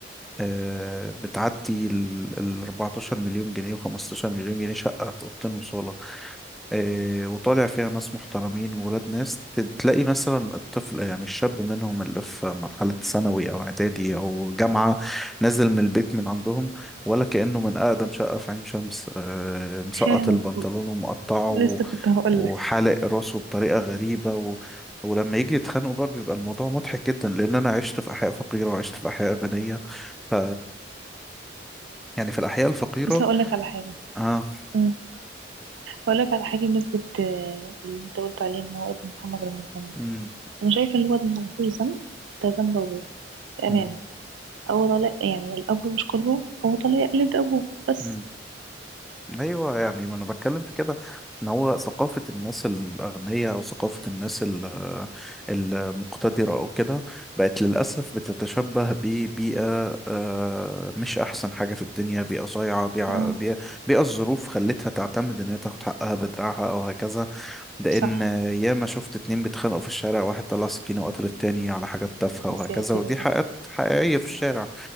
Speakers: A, in the centre; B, on the right.
A: آه، بتعدي ال ال 14 مليون جنيه و15 مليون جنيه شقة أوضتين وصالة آه، وطالع فيها ناس محترمين وولاد ناس ت- تلاقي مثلا الطفل يعني الشاب منهم اللي في مرحلة ثانوي أو إعدادي أو جامعة نازل من البيت من عندهم ولا كأنه من أقدم شقة في عين شمس آه، مسقط
B: فعلا
A: البنطلون ومقطعه
B: لسه
A: و-
B: كنت هقول
A: وحالق
B: لك
A: راسه بطريقة غريبة و ولما يجي يتخانقوا بقى بيبقى الموضوع مضحك جدا لأن أنا عشت في أحياء فقيرة وعشت في أحياء غنية ف يعني في الأحياء الفقيرة
B: بص هقول لك على حاجه
A: اه
B: مم. هقول لك على حاجه بمناسبه آه، اللي انت قلت عليه ان هو ابن محمد رمضان ده
A: امم
B: انا شايفه ان الواد ما لهوش ذنب ده ذنب ابوه بامانه
A: امم
B: هو طالع يعني الاب مش قدوه هو طالع يقلد ابوه بس
A: امم ايوه يعني ما انا بتكلم في كده ان هو ثقافه الناس الاغنياء او ثقافه الناس ال- المقتدره او كده بقت للاسف بتتشبه ببيئه آه، مش احسن حاجه في الدنيا بيئه صايعه بيئه
B: مم.
A: بيئه بيئة الظروف خلتها تعتمد ان هي تاخد حقها بدراعها او هكذا ده
B: صح
A: ان ياما شفت اتنين بيتخانقوا في الشارع واحد طلع سكينه وقتل التاني على حاجات تافهه
B: يا
A: وهكذا
B: ساتر
A: ودي
B: يا
A: حقيقات
B: رب
A: حقيقيه في الشارع